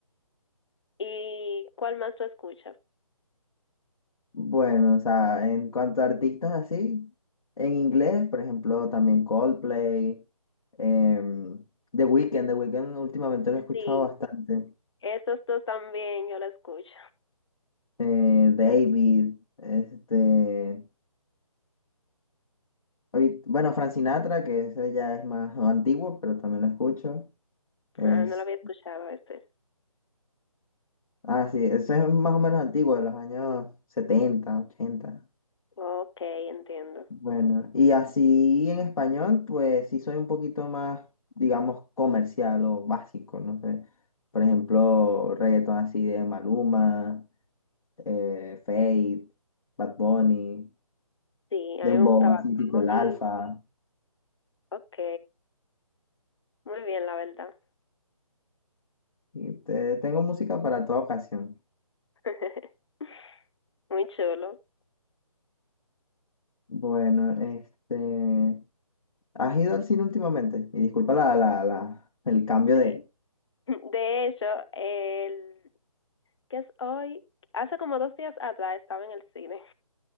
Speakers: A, on the left; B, on the left.
A: ¿Y cuál más tú escuchas?
B: Bueno, o sea, en cuanto a artistas así, en inglés, por ejemplo, también Coldplay, em, The Weeknd, The Weeknd últimamente lo he escuchado
A: Sí,
B: bastante.
A: esos dos también yo lo escucho.
B: eh, David, este, ahorita- bueno, Frank Sinatra, que ese ya es más antiguo, pero también lo escucho. Es,
A: Ah, no lo había escuchado este.
B: ah, sí, ese es más o menos antiguo, de los años 70, 80.
A: Ok, entiendo.
B: Bueno, y así en español, pues sí soy un poquito más, digamos, comercial o básico, no sé. Por ejemplo, reggaeton así de Maluma, eh, Feid, Bad Bunny,
A: Sí,
B: Dembow,
A: a mí me gustaba
B: así tipo
A: Tony.
B: el Alfa.
A: Ok, muy bien, la verdad.
B: Y te- tengo música para toda ocasión.
A: <laughs> Muy chulo,
B: Bueno, este... ¿Has ido al cine últimamente? Y disculpa la, la, la, el cambio
A: sí.
B: de...
A: <laughs> De hecho, el, que es hoy? Hace como dos días atrás estaba en el cine.